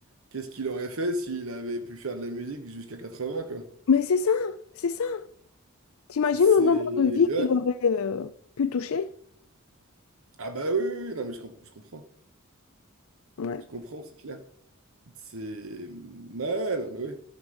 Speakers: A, on the right; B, on the left.
A: Qu'est-ce qu'il aurait fait s'il avait pu faire de la musique jusqu'à 80 quoi?
B: Mais c'est ça, c'est ça. T'imagines
A: C'est...
B: le nombre de vies
A: Ouais.
B: qu'il aurait, euh, pu toucher?
A: Ah bah oui, oui, oui, non mais je, com- je comprends.
B: Ouais.
A: Je comprends, c'est clair. C'est... Ouais, non mais oui.